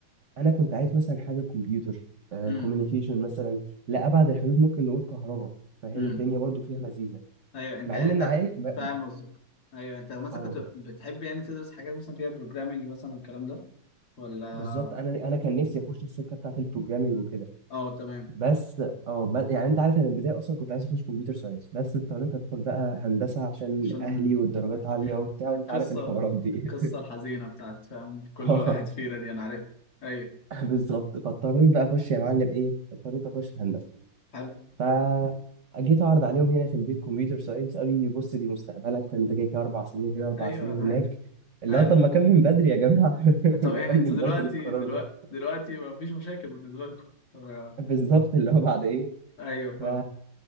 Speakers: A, on the right; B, on the left.
A: انا كنت عايز مثلا حاجه كمبيوتر آه
B: امم
A: كوميونيكيشن مثلا لا ابعد الحدود ممكن نقول كهرباء فاهم
B: امم
A: الدنيا برضو فيها لذيذه
B: ايوه انت
A: مع
B: يعني
A: ان انا
B: انت
A: عايز ب...
B: فاهم قصدك ايوه انت مثلا
A: اه
B: كنت بتحب يعني تدرس حاجات مثلا فيها بروجرامنج مثلا والكلام ده ولا
A: بالظبط انا انا كان نفسي اخش السكه بتاعت البروجرامنج وكده
B: اه تمام
A: بس اه ب... يعني انت عارف انا البدايه اصلا كنت عايز اخش كمبيوتر ساينس بس اضطريت ادخل بقى هندسه عشان
B: عشان
A: اهلي والدرجات عاليه وبتاع
B: القصة
A: وانت عارف الحوارات دي
B: القصة الحزينة بتاعت فاهم كل
A: <laughs>
B: واحد فينا
A: اه
B: دي أنا عارف أيوه
A: بالظبط فاضطريت بقى اخش يا معلم ايه اضطريت اخش هندسه
B: حلو
A: فجيت اعرض عليهم هنا في البيت كمبيوتر ساينس قالوا لي بص دي مستقبلك ده انت كده كده اربع سنين هنا اربع
B: أيوه
A: سنين
B: أنا
A: هناك
B: عارف
A: اللي
B: عارف
A: هو طب ما كان من بدري يا جماعه <laughs>
B: طب
A: ما
B: يعني
A: كان
B: أنتوا
A: من
B: دلوقتي
A: بدري القرار
B: دلوقتي
A: ده
B: دلوقتي ما فيش مشاكل بالنسبة لكم <laughs> طب-
A: بالظبط اللي هو بعد ايه
B: أيوه فاهم
A: ف